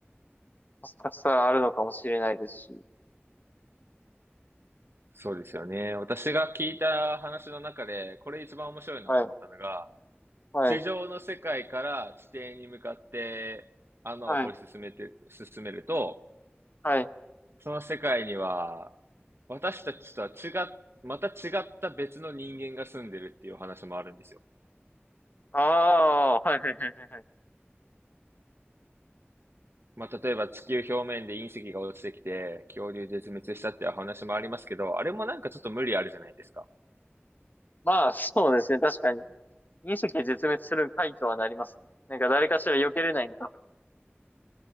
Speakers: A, on the left; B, on the right.
A: もしかしたらあるのかもしれないですし。
B: そうですよね。私が聞いた話の中で、これ一番面白いなと思ったのが、
A: はい、はい、
B: 地上の世界から地底に向かって穴を掘り進めて、
A: はい、
B: 進めると、
A: はい。
B: その世界には、私たちとは違っ、また違った別の人間が住んでるっていうお話もあるんですよ。
A: ああ、はい、はい、はい、はい。
B: まあ、例えば地球表面で隕石が落ちてきて、恐竜絶滅したっていう話もありますけど、あれもなんかちょっと無理あるじゃないですか。
A: はいまあ、そうですね。確かに。隕石で絶滅する回とはなりますね。なんか誰かしら避けれないのか。